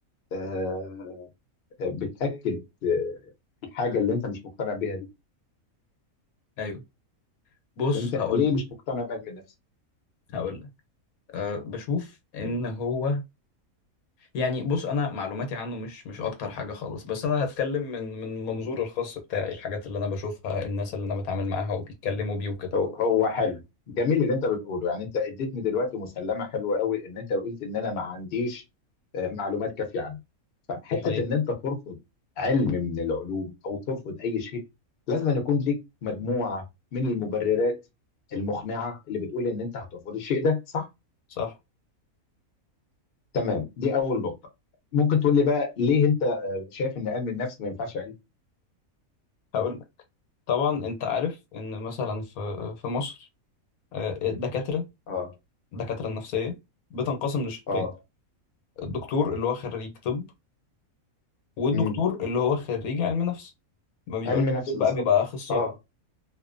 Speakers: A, on the left; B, on the left.
A: آه، بتاكد آه، الحاجه اللي انت مش مقتنع بيها دي
B: ايوه بص
A: فانت
B: هقول
A: ليه
B: لك
A: مش مقتنع بعلم النفس
B: هقول لك أه بشوف ان
A: مم.
B: هو يعني بص انا معلوماتي عنه مش مش اكتر حاجه خالص بس انا هتكلم من من منظور الخاص بتاعي الحاجات اللي انا بشوفها الناس اللي انا بتعامل معاها وبيتكلموا بيه وكده
A: هو هو حلو جميل اللي انت بتقوله يعني انت اديتني دلوقتي مسلمه حلوه قوي ان انت قلت ان انا ما عنديش آه، معلومات كافيه عنه فحته
B: دي حقيقة
A: ان انت ترفض علم من العلوم او ترفض اي شيء لازم أن يكون ليك مجموعه من المبررات المقنعه اللي بتقول ان انت هترفض الشيء ده صح
B: صح
A: تمام دي اول نقطه ممكن تقول لي بقى ليه انت آه، شايف ان علم النفس ما ينفعش علم
B: هقول لك طبعا انت عارف ان مثلا في في مصر آه، الدكاتره
A: اه
B: الدكاتره النفسيه بتنقسم لشقين
A: اه
B: الدكتور اللي هو خريج طب والدكتور
A: امم
B: اللي هو خريج علم نفس ما بيبقاش
A: علم
B: دكتور
A: نفس
B: بقى
A: بالظبط
B: بيبقى اخصائي
A: اه